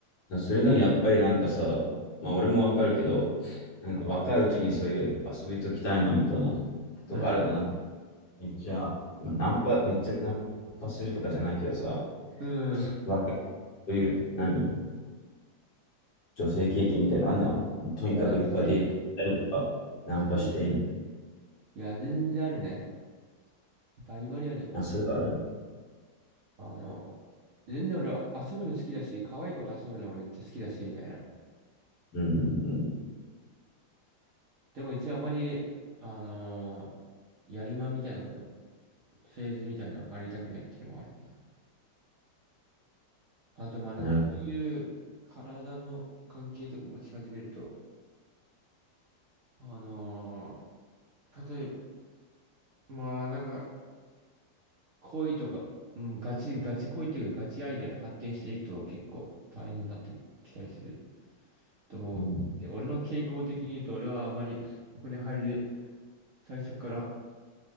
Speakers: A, on the left; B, on the right.
A: それでもやっぱりなんかさ、まあ俺もわかるけど、なんか若いうちにそういう遊びときたいなみたいなとかあるの、
B: うん、
A: なんかめっちゃ、まあナンパ、めっちゃナンパするとかじゃないけどさ、
B: うん。
A: 若い、そういう、何、女性経験みたいなのあるじゃん。とにかくいっぱいデート行ったりとか、
B: いや、でも普通に、
A: ナンパしてみたい
B: 全いや、全然あるね。バリバリあるよ。
A: な。あそれはある
B: あの、全然俺は遊ぶの好きだし、可愛い子と遊ぶのもめっちゃ好きだし、みたいな。
A: うんうんうん。
B: でも一応あまり、あのーやりまんみたいなのがこう、フェーズみたいなの入りたくないっていうのもあるかな。あと、まあなんかそういう体の関係とか持ち始めると、
A: なるほど。
B: あのー例えば、まあなんか、恋とか、うん、ガチ、ガチ恋というか、ガチ愛で発展していくと結構大変になってきたりすると思う。
A: うん
B: で、俺の傾向的に言うと、俺はあまりそこに入り、最初から